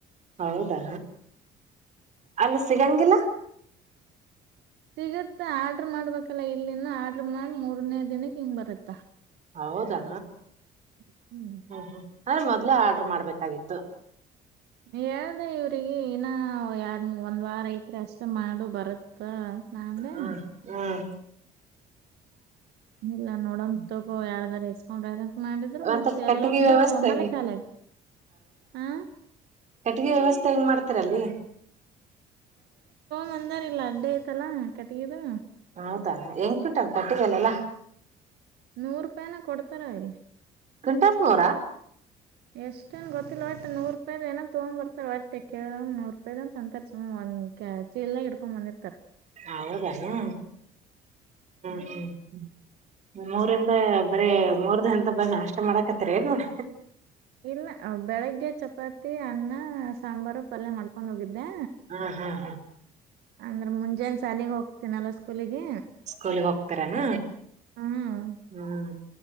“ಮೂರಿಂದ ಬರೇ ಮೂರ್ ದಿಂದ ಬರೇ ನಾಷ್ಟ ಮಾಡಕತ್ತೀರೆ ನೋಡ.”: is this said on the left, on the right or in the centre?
Right